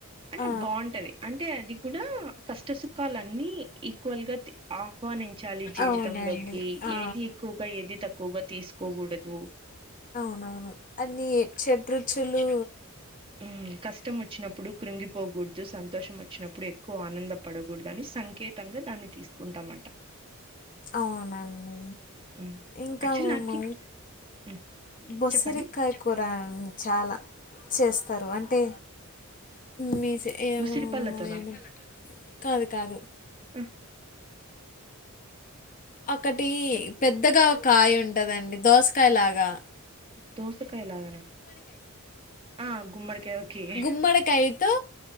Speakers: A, on the right; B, on the left.
A: అంటే
B: ఆ
A: బాగుంటది అంటే అది కూడా కష్ట సుఖాలున్ని ఈక్వల్ గా ఆఫ్ మార్నింగ్ చాలి జీవితంలోకి
B: అవునండి. ఆ
A: ఏది ఎక్కువగా ఏది తక్కువగా తీసుకోకూడదు
B: నవును అన్ని చెట్రుచులు
A: మ్మ్ కష్టం వచ్చినప్పుడు కృంగిపోగుడుదు సంతోషం వచ్చినప్పుడు ఎక్కువ నంద పడగుడదని సంకేతంగా దాన్ని తీసుకుంటామంట
B: అవునండి
A: హ్మ్.
B: ఇంకా
A: యాక్చువల్
B: మేము
A: నాకి హ్మ్.
B: బొసరికాయ
A: చెప్పండి.
B: కూర చాలా చేస్తారు అంటే మీ ఏమో
A: ఉసిరిపళ్ళతోనా?
B: వలేమో కాదు కాదు
A: ఆ!
B: ఒకటి
A: చెప్
B: పెద్దగా కాయ ఉంటదండి దోసకాయ లాగా
A: దోస కయ్ లాగానా ఆ గుమ్మడి కాయ ఓకే
B: గుమ్మడికాయతో